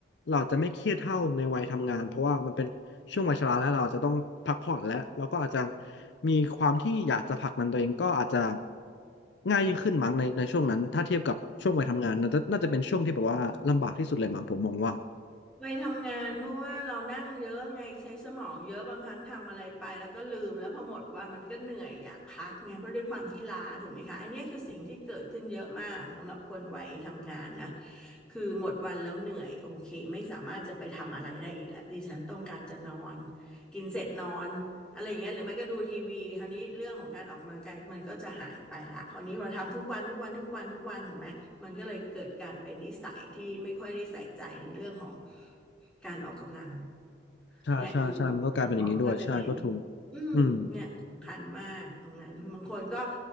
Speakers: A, on the left; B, in the centre.
A: เราจะไม่เครียดเท่าในวัยทำงานเพราะว่ามันเป็น ช่วงวัยชราแล้วเราอาจจะต้องพักผ่อนแล้วเราก็อาจจะมีความที่อยากจะผลักดันตัวเองก็อาจจะง่ายยิ่งขึ้นมั้งในในช่วงนั้นถ้าเทียบกับช่วงวัยทำงานน่าจะน่าจะเป็นช่วงที่แบบว่าลำบากที่สุดเลยมั้งผมมองว่า
B: ไปทำงานเพราะว่าเรานั่งเยอะไงใช้สมองเยอะบางครั้งทำอะไรไปแล้วก็ลืมแล้วพอหมดวันมันก็เหนื่อยอยากพักไงเพราะด้วยความที่ล้าถูกไหมคะอันเนี้ยคือสิ่งที่เกิดขึ้นเยอะมากสำหรับคนวัยทำงานนะคือหมดวันแล้วเหนื่อยโอเคไม่สามารถจะไปทำอะไรได้อีกแล้วดิฉันต้องการจะนอนกินเสร็จนอน อะไรอย่างเงี้ยหรือไม่ก็ดูทีวีคราวนี้เรื่องของการออกกำลังกายมันก็จะหายไปละคราวนี้เราทำทุกวันทุกวันทุกวันทุกวันเห็นไหมมันก็เลยเกิดการเป็นนิสัยที่ไม่ค่อยได้ใส่ใจในเรื่องของการออกกำลัง
A: ใช่ใช่ใช่มันก็กลายเป็นอย่างนี้ด้วยใช่ก็ถูก
B: เนี่ยคืออาจารย์หมอก็จะเน้นอืมเนี่ยสำคัญมากตรงนั้นบางคนก็
A: อืม